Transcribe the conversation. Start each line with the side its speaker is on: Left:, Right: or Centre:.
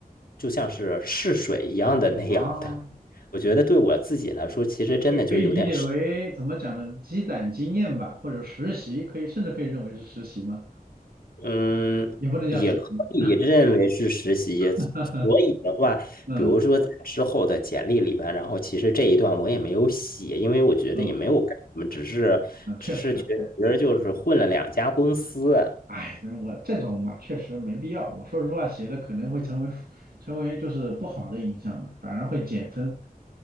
Left: 就像是试水一样的那样的。
Right: 啊
Left: 我觉得对我自己来说，其实真的就有点是
Right: 可以可以理解为怎么讲呢？积攒经验吧，或者实习，可以甚至可以认为是实习嘛？
Left: 嗯，
Right: 也不能叫实习。
Left: 也可以认为是实习。
Right: <laughs>
Left: 所以的话，
Right: 嗯
Left: 比如说在之后的简历里边，然后其实这一段我也没有写，因为我觉得也没有干什么，
Right: 嗯
Left: 只是只是觉得就是混了两家公司。
Right: 嗯，确实，确实，哎，这我这种嘛，确实没必要。我说实话，写的可能会成为成为就是不好的影响嘛，反而会减分。